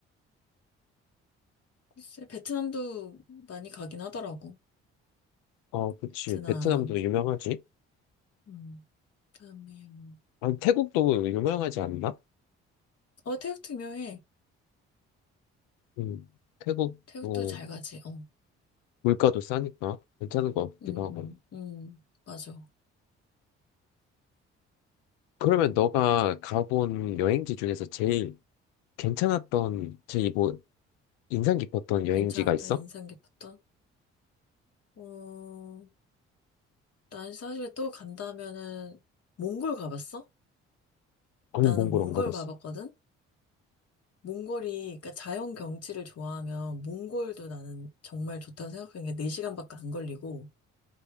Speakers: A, on the left; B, on the left.
A: 글쎄, 베트남도 많이 가긴 하더라고.
B: 어, 그치.
A: 베트남.
B: 베트남도 유명하지?
A: 음, 그다음에 뭐.
B: 아니, 태국도 유명하지 않나?
A: 어, 태국도 유명해.
B: 음, 태국,
A: 태국도
B: 어,
A: 잘 가지. 어.
B: 물가도 싸니까 괜찮은 것 같기도
A: 음,
B: 하고.
A: 음, 음. 맞아.
B: 그러면 너가 가본 여행지 중에서 제일 괜찮았던, 제일 뭐, 인상 깊었던 여행지가
A: 괜찮았다.
B: 있어?
A: 인상 깊었던. 어, 난 사실 또 간다면은 몽골 가봤어?
B: 아니,
A: 나는
B: 몽골
A: 몽골
B: 안 가봤어.
A: 가봤거든. 몽골이 그러니까 자연 경치를 좋아하면 몽골도 나는 정말 좋다고 생각하는 게 4시간밖에 안 걸리고